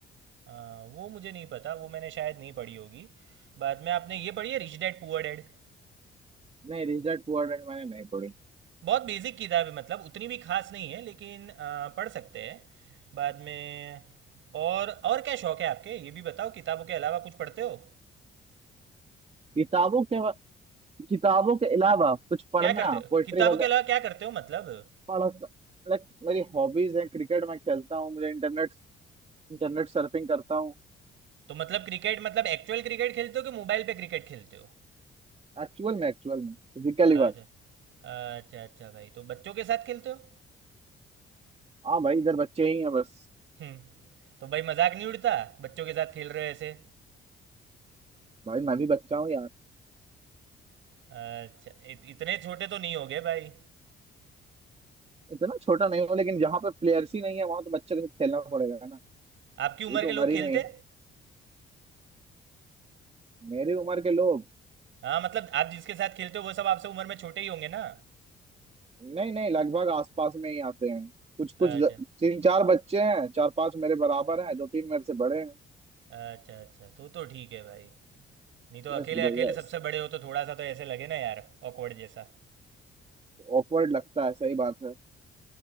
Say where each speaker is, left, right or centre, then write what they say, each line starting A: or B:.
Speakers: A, on the right; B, on the right.
A: अ, वो मुझे नहीं पता वो मैंने शायद नहीं पढ़ी होगी बाद में आपने ये पढ़ी है रिच डैड पुअर डैड
B: नहीं रिच डैड पुअर डैड मैंने नहीं पढ़ी
A: बहुत बेसिक किताब है मतलब उतनी भी खास नहीं है लेकिन अ, पढ़ सकते हैं बाद में और और क्या शौक है आपके ये भी बताओ किताबों के अलावा कुछ पढ़ते हो
B: किताबों के किताबों के अलावा कुछ पढ़ना
A: क्या करते हो
B: पोएट्री
A: किताबों
B: वगैरह
A: के अलावा क्या करते हो मतलब
B: पढ़ लाइक मेरी हॉबीज हैं क्रिकेट मैं खेलता हूँ मुझे इंटरनेट इंटरनेट सर्फिंग करता हूँ
A: तो मतलब क्रिकेट मतलब एक्चुअल क्रिकेट खेलते हो कि मोबाइल पे क्रिकेट खेलते हो
B: एक्चुअल में एक्चुअल में फिजिकली
A: अच्छा
B: बात
A: अच्छा अच्छा भाई तो बच्चों के साथ खेलते हो
B: हाँ भाई इधर बच्चे ही हैं बस
A: हम्म तो भाई मजाक नहीं उड़ता बच्चों के साथ खेल रहे हो ऐसे
B: भाई मैं भी बच्चा हूँ यार
A: अच्छा इत, इतने छोटे तो नहीं हो गए भाई
B: इतना छोटा नहीं हूँ लेकिन जहाँ पे प्लेयर्स ही नहीं है वहां तो बच्चे के साथ खेलना पड़ेगा ना
A: आपकी उम्र
B: ये तो
A: के
B: उम्र
A: लोग खेलते
B: ही नहीं है। मेरी उम्र के लोग
A: हाँ मतलब आप जिसके साथ खेलते हो वो सब आपसे उम्र में छोटे ही होंगे ना
B: नहीं नहीं लगभग आसपास में ही आते हैं कुछ कुछ
A: अच्छा
B: ज- तीन चार बच्चे हैं चार पांच मेरे बराबर हैं दो तीन मेरे से बड़े हैं
A: अच्छा अच्छा तो तो ठीक है भाई नहीं तो अकेले
B: Yes bro
A: अकेले
B: yes
A: सबसे बड़े हो तो थोड़ा सा तो ऐसे लगे ना यार ऑकवर्ड जैसा
B: ऑकवर्ड लगता है सही बात है